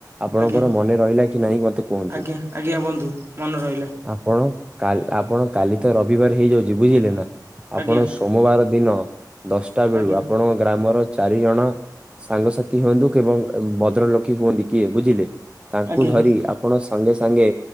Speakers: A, on the right (about 15°); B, on the right (about 35°).
A: ଆପଣଙ୍କର
B: ଆଜ୍ଞା
A: ମନେ ରହିଲା କି ନାଇଁ ମତେ କୁହନ୍ତୁ।
B: ଆଜ୍ଞା ଆଜ୍ଞା ବୁନ୍ଧୁ ମନେ ରହିଲା।
A: ଆପଣ କା ଆପଣ କାଲି ତ ରବିବାର ହେଇଯାଉଛି ବୁଝିଲେ ନା। ଆପଣ
B: ଆଜ୍ଞା
A: ସୋମବାର ଦିନ ଦଶଟା ବେଳୁ
B: ଆଜ୍ଞା
A: ଆପଣଙ୍କ ଗ୍ରାମର ଚାରି ଜଣ ସାଙ୍ଗସାଥି ହୁଅନ୍ତୁ କି ଏବଂ ଭଦ୍ରଲକୀ ହୁଅନ୍ତି କିଏ ବୁଝିଲେ। ତାଙ୍କୁ
B: ଆଜ୍ଞା
A: ଧରି ଆପଣ ସାଙ୍ଗେ-ସାଙ୍ଗେ